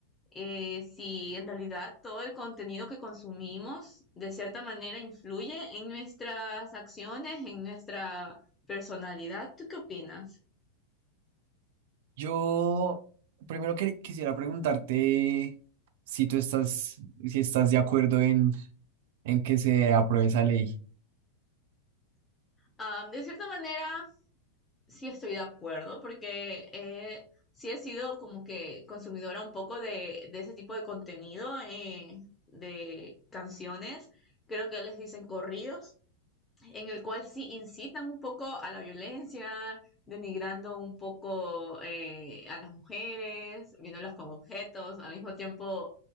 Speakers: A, on the left; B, on the right.
A: eh, si en realidad todo el contenido que consumimos de cierta manera influye en nuestras acciones, en nuestra personalidad. ¿Tú qué opinas?
B: Yo primero que- quisiera preguntarte si tú estás, si estás de acuerdo en, en que se apruebe esa ley.
A: Ah, de cierta manera, sí estoy de acuerdo porque eh, sí he sido como que consumidora un poco de, de ese tipo de contenido, eh, de canciones. Creo que les dicen corridos. en el cual sí incitan un poco a la violencia, denigrando un poco eh, a las mujeres, viéndolas como objetos, al mismo tiempo